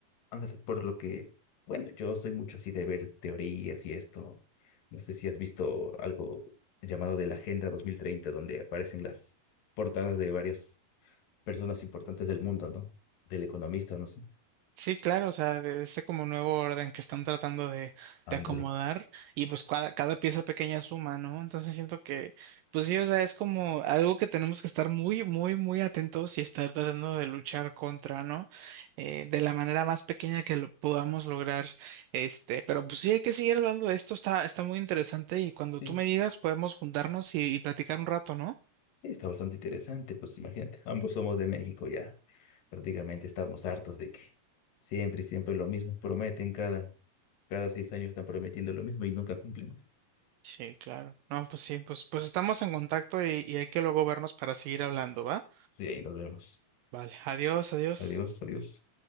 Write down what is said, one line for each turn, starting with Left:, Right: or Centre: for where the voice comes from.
Left: ándale, por lo que, bueno, yo soy mucho así de ver teorías y esto. No sé si has visto algo llamado de la Agenda 2030, donde aparecen las portadas de varias personas importantes del mundo, ¿no? Del economista, no sé.
Right: Sí, claro, o sea, de este como nuevo orden que están tratando de,
Left: Ándale.
Right: de acomodar y pues cada, cada pieza pequeña suma, ¿no? Entonces siento que, pues sí, o sea, es como algo que tenemos que estar muy, muy, muy atentos y estar tratando de luchar contra, ¿no? Eh, de la manera más pequeña que lo podamos lograr, este, pero pues sí, hay que seguir hablando de esto, está, está muy interesante y cuando
Left: Sí,
Right: tú me digas podemos juntarnos y, y platicar un rato, ¿no?
Left: está bastante interesante, pues imagínate. Ambos somos de México ya. Prácticamente estamos hartos de que siempre, siempre lo mismo. Prometen cada, cada seis años están prometiendo lo mismo y nunca cumplen.
Right: Sí, claro. No, pues sí, pues, pues estamos en contacto y, y hay que luego vernos para seguir hablando, ¿va?
Left: Sí, ahí nos vemos.
Right: Vale, adiós, adiós.
Left: Adiós, adiós.